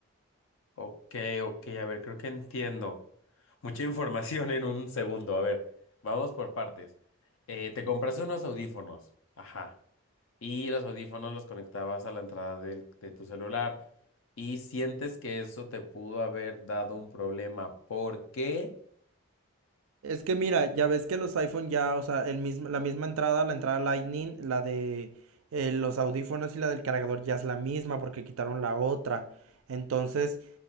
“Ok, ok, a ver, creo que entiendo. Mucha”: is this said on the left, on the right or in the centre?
Left